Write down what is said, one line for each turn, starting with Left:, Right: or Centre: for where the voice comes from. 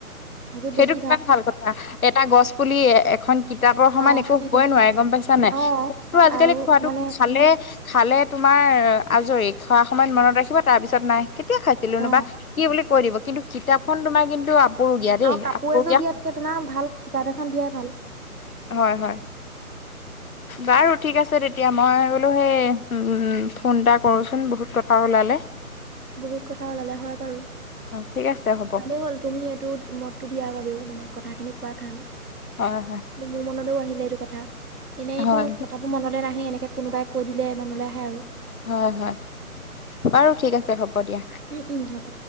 Right: সেইটোত
Left: সেইটো
Right: বেছি
Left: কিমান ভাল কথা এটা গছ পুলি এখন কিতাপৰ সমান
Right: অ
Left: একো
Right: সেইটোৱে
Left: হবই নোৱাৰে গম পাইছা নাই।
Right: অ
Left: খোৱাতটো আজিকালি
Right: আৰু
Left: খোৱাটো
Right: মানে
Left: খালে খালে তোমাৰ আজৰি খোৱাৰ সময়ত মনত ৰাখিব তাৰপিছত নাই। কেতিয়া খাইছিলোনো
Right: অ
Left: বা কি বুলি কৈ দিব কিন্তু কিতাপখন তোমাৰ কিন্তু আপুৰুগীয়া দেই
Right: আৰু কাপোৰ
Left: আপুৰুগীয়া
Right: এযোৰ দিয়াতকে তোমাৰ ভাল কিতাপ এখন দিয়াই ভাল।
Left: হয় হয়। বাৰু ঠিক আছে তেতিয়া মই বোলো সেই উম ফোন এটা কৰোচোন বহুত কথা ওলালে।
Right: বহুত কথা ওলালে হয় বাৰু
Left: ঠিক আছে হ'ব
Right: ভালে হ'ল তুমি এইটো টো দিয়াৰ বাবেও মানে কথাখিনি কোৱাৰ কাৰণে, কিন্তু
Left: হয়
Right: মোৰ মনটোও আহিলে এইটো কথা। এনেইতো
Left: হয়
Right: কথাবোৰ মনলৈ নাহে এনেকে কোনোবাই কৈ দিলে মনলৈ আহে আৰু
Left: হয়-হয়, বাৰু ঠিক আছে হ'ব। দিয়া।
Right: উম-উম, হব।